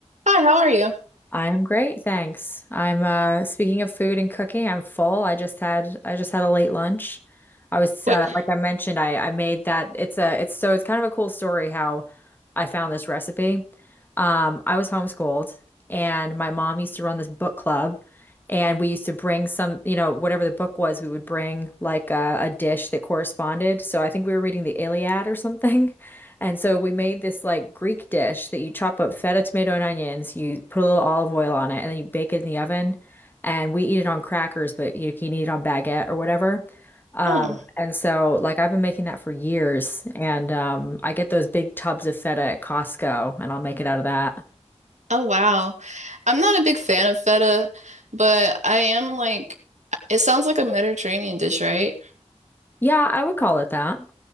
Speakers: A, on the right (about 80°); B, on the left (about 15°).
A: Hi, how are you?
B: I'm great, thanks. I'm uh speaking of food and cooking, I'm full. I just had I just had a late lunch. I was
A: What?
B: uh, like I mentioned, I I made that it's a it's so it's kind of a cool story how I found this recipe. Um, I was homeschooled and my mom used to run this book club and we used to bring some, you know, whatever the book was, we would bring like a, a dish that corresponded. So I think we were reading the Iliad or something. And so we made this like Greek dish that you chop up feta, tomato, and onions. You put a little olive oil on it, and then you bake it in the oven. And we eat it on crackers, but you can eat it on baguette or whatever. Um,
A: Oh,
B: and so, like, I've been making that for years. And um, I get those big tubs of feta at Costco, and I'll make it out of that.
A: oh wow. I'm not a big fan of feta, but I am like, it sounds like a Mediterranean dish, right?
B: Yeah, I would call it that.